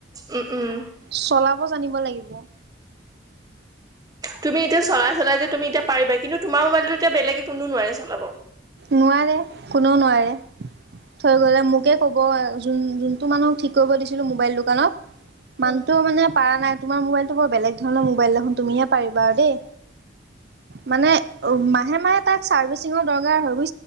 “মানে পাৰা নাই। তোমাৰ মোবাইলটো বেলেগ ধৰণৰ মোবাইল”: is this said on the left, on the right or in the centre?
Right